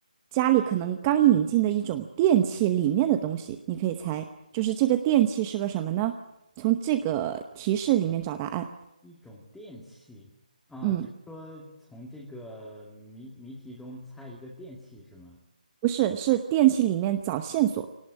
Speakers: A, on the right; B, in the centre.
A: 家里可能刚引进的一种电器里面的东西，你可以猜，就是这个电器是个什么呢？从这个提示里面找答案。
B: 一种电器啊，
A: 嗯，
B: 就是说从这个谜谜题中猜一个电器是吗？
A: 不是，是电器里面找线索。